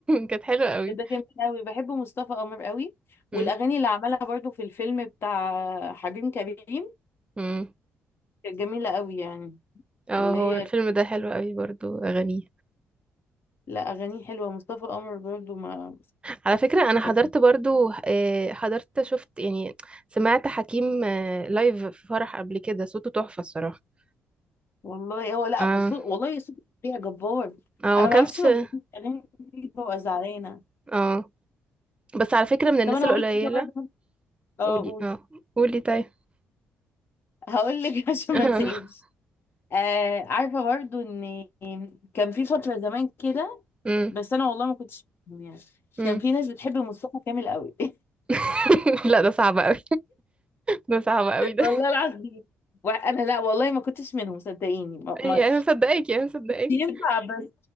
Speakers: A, on the right (about 20°); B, on the left (about 55°).
A: <laughs> كانت حلوة قوي
B: <laughs> ده جميل قوي بحب مصطفى قمر قوي والاغاني
A: مم.
B: اللي عملها برضو في الفيلم بتاع حبيب كريم
A: مم.
B: كانت جميلة قوي يعني
A: اه
B: اللي
A: هو
B: هي
A: الفيلم
B: كانت-
A: ده حلو قوي برضو أغانيه
B: لا أغانيه حلوة مصطفى قمر برضو ما
A: على فكرة أنا حضرت
B: يعني
A: برضو آه، حضرت شفت يعني سمعت حكيم آه، لايف في فرح قبل كده صوته تحفة الصراحة
B: والله هو لا
A: اه
B: فصول والله صوت بيها جبار
A: اه
B: أنا
A: ما كانش
B: ما اعرفش ما
A: اه
B: بيحبش أغاني دي، ببقى زعلانة
A: اه بس على فكرة من الناس
B: طب أنا
A: القليلة
B: هقول لك حاجة برضو اه
A: قولي
B: قولي
A: اه قولي طيب
B: هقول لك <laughs> عشان
A: <laughs>
B: ما انساهمش آه عارفة برضو إن كان في فترة زمان كده
A: امم
B: بس أنا والله ما كنتش فاهم يعني
A: امم
B: كان في ناس بتحب مصطفى كامل قوي <laughs>
A: <laughs> لا ده صعب قوي ده صعب قوي ده
B: والله العظيم وأنا لا والله ما كنتش منهم صدقيني ما
A: هي
B: ما
A: انا مصدقاكي انا مصدقاكي
B: ينفع بس